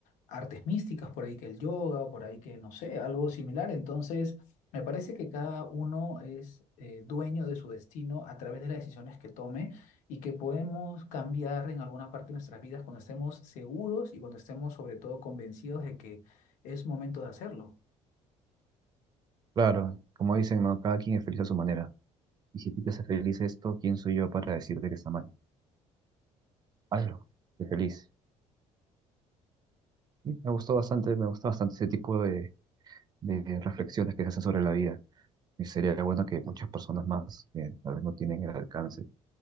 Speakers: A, on the left (about 80°); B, on the right (about 35°).
A: artes místicas, por ahí que el yoga, por ahí que no sé, algo similar. Entonces, me parece que cada uno es eh, dueño de su destino a través de las decisiones que tome y que podemos cambiar en alguna parte de nuestras vidas cuando estemos seguros y cuando estemos sobre todo convencidos de que es momento de hacerlo.
B: Claro, como dicen, ¿no? Cada quien es feliz a su manera. Y si tú te haces feliz esto, ¿quién soy yo para decirte que está mal? Hazlo, sé feliz. Sí, Me gustó bastante, me gustó bastante ese tipo de, de reflexiones que se hacen sobre la vida. Y sería bueno que muchas personas más, que tal vez no tienen el alcance,